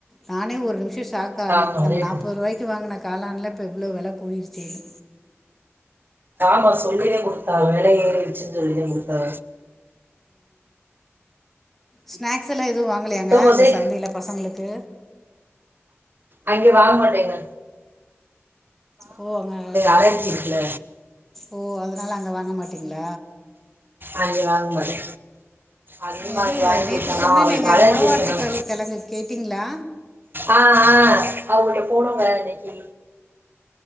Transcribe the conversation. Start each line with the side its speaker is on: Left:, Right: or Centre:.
Centre: நானே ஒரு நிமிஷம் ஸாக் ஆனே
Right: ஆ ஆமா
Centre: நம்ம
Right: ரேட்டு
Centre: நாற்பது ரூபாய்கு வாங்கின காலன்லா இப்போ எவ்வளோ வில கூடிருச்சேன்னு
Right: ஆமா சொல்லிதான் கொடுத்தா வேலை ஏறிச்சுன்னு சொல்லிதே கொடுத்தா
Centre: ஸ்நாக்ஸ் எல்லாம் எதுவும் வாங்கலையாங்க
Right: முட்டகோசே
Centre: அங்கே சந்தையில் பசங்களுக்கு
Right: அங்கே வாங்கமாட்டேங்க
Centre: ஓ அங்க
Right: அலர்ஜி இருக்குல
Centre: ஓ அதனால அங்க வாங்க மாட்டே அல்ல
Right: அங்கவாங்கமாட்டே அதுமாங்க
Centre: இது
Right: <unintelligible>
Centre: நேற்று சொன்னேன் நாங்கள் மொடவாட்டுக்கல் கிழங்கு கேட்டிங்களா
Right: ஆஹ் ஆஹ் அவங்கள்ட போனுங்க இன்னைக்கு